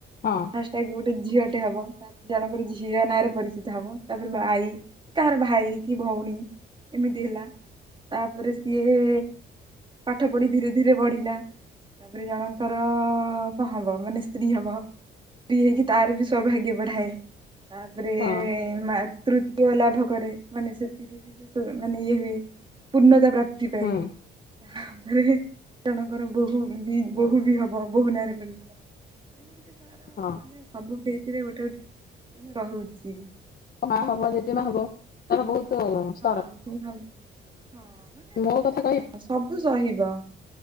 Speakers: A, on the left (about 50°); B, on the right (about 25°).
A: ହଁ
B: ଫାଷ୍ଟ ଆଗ ଗୋଟେ ଝିଅଟେ ହବ। ଜଣଙ୍କର ଝିଅ ନାଁରେ ପରିଚିତ ହବ ତାପରେ ଭାଇ କାହାର ଭାଇ କି ଭଉଣୀ ଏମିତି ହେଲା ତାପରେ ସିଏ ପାଠ ପଢି ଧୀରେ ଧୀରେ ବଢିଲା। ତାପରେ ଜଣଙ୍କର କଣ ହବ ମାନେ ସ୍ତ୍ରୀ ହବ। ସ୍ତ୍ରୀ ହେଇକି ତାର ବି ସୌଭାଗ୍ୟ ବଢାଏ ତାପରେ
A: ହଁ
B: ମା ତୃତ୍ୟ ଲାଭ କରେ। ମାନେ ସେଥିରେ ବିଶେଷ ମାନେ ଇଏ ବି ହୁଏ ପୂର୍ଣ୍ଣତା ପ୍ରାପ୍ତି। ଯିବେ।
A: ହୁଁ
B: ତାପରେ ଜଣଙ୍କର ବୋହୂ ବି ବୋହୂ ବି ହବ ବୋହୂ ନାଁରେ କରି କେ ତାର
A: ହଁ।
B: ସବୁ ସେଥିରେ ଗୋଟେ ଗୋଟେ ମାନେ ରହୁଚି।
A: ନ ହବ ଯଦି ନ ହବ ହବ ତାର ବହୁତ ସର
B: ହଁ ମାନ ହଁ
A: ମୋ କଥା
B: ସବୁ ସହିବ।